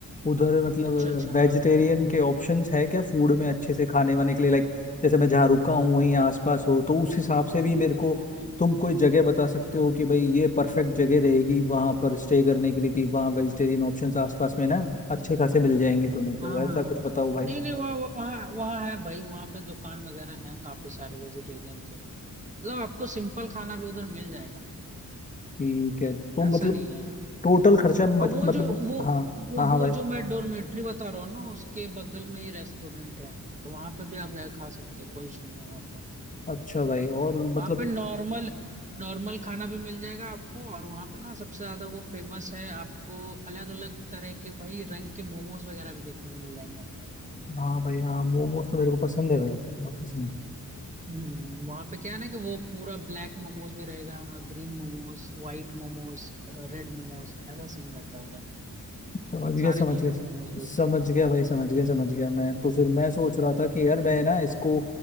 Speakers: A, on the left (about 25°); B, on the right (about 20°).
A: उधर मतलब
B: अच्छा अच्छा
A: वेजिटेरियन
B: हाँ हाँ
A: के ऑप्शंस है क्या फूड में अच्छे से खाने वाने के लिए लाइक जैसे मैं जहाँ रुका हूँ वहीं आसपास हो तो उस हिसाब
B: हाँ
A: से भी मेरे को
B: हाँ
A: तुम कोई जगह बता सकते हो कि भाई ये परफेक्ट जगह रहेगी वहाँ पर स्टे करने के लिए कि वहाँ वेजिटेरियन ऑप्शंस आसपास में ना अच्छे खासे मिल जाएंगे तुम्हें तो
B: हाँ हाँ
A: ऐसा कुछ बताओ
B: हाँ।
A: भाई
B: नहीं नहीं वहाँ वहाँ वहाँ वहाँ है भाई वहाँ पे दुकान वगैरह है काफी सारे वेजिटेरियन के मतलब आपको सिंपल खाना भी उधर मिल जाएगा
A: ठीक है तो
B: ऐसा
A: मतलब
B: नहीं है
A: टोटल खर्चा मत-
B: और वो
A: मतलब
B: जो वो
A: हाँ
B: वो
A: हाँ हाँ
B: वो
A: भाई
B: जो मैं डोरमेट्री बता रहा हूँ ना उसके बगल में ही रेस्टोरेंट है तो वहां पे भी आप जाके खा सकते हो कोई इशू नहीं होगा आपको
A: अच्छा भाई और मतलब
B: वहां पे नॉर्मल नॉर्मल खाना भी मिल जाएगा आपको और वहां पे ना सबसे ज्यादा वो फेमस है आपको अलग अलग तरह के भाई रंग के मोमोज वगैरह भी देखने को मिल जाएंगे आपको
A: हाँ भाई हाँ मोमोज तो मेरे को पसंद है भाई बहुत पसंद है
B: हम्म वहां पे क्या है ना कि वो पूरा ब्लैक मोमोज भी रहेगा green momos white momos red momos ऐसा सीन रहता है उधर
A: समझ गया
B: सारे
A: समझ
B: कलर
A: गया
B: के मोमोज बेचते
A: समझ
B: हैं
A: गया भाई समझ गया समझ गया मैं तो फिर मैं सोच रहा था कि
B: हम्म
A: यार मैं
B: हम्म,
A: ना इसको